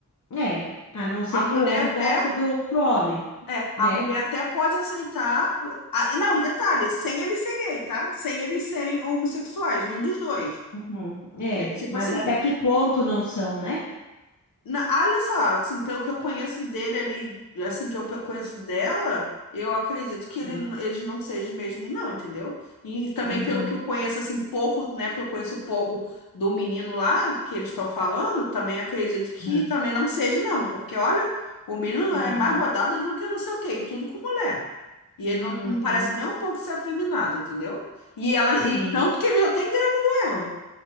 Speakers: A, on the left (about 55°); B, on the left (about 80°).
A: é. A não ser
B: A mulher
A: que o homem
B: até
A: goste do outro homem,
B: É, a
A: né?
B: mulher até pode aceitar. Ah, e não, e detalhe, sem eles ser gay, tá? Sem eles serem homossexuais, nenhum dos dois.
A: Uhum.
B: Porque,
A: É,
B: tipo
A: mas
B: assim,
A: até que ponto não são, né?
B: na- ah, olha só, assim, pelo que eu conheço dele ali, assim, que eu pe- conheço dela, eu acredito que ele,
A: Uhum.
B: n- eles não sejam mesmo, não, entendeu? E, e também
A: Uhum.
B: pelo que eu conheço, assim, pouco, né, porque eu conheço pouco do menino lá, que eles estão falando, também acredito que
A: Uhum.
B: também não seja, não, porque olha, o menino
A: Uhum.
B: é mais rodado do que não sei o quê, e tudo com mulher. E ele
A: Uhum.
B: não, não parece nem um pouco ser afeminado, entendeu? E ela,
A: Sim,
B: e tanto que ele já até engravidou ela.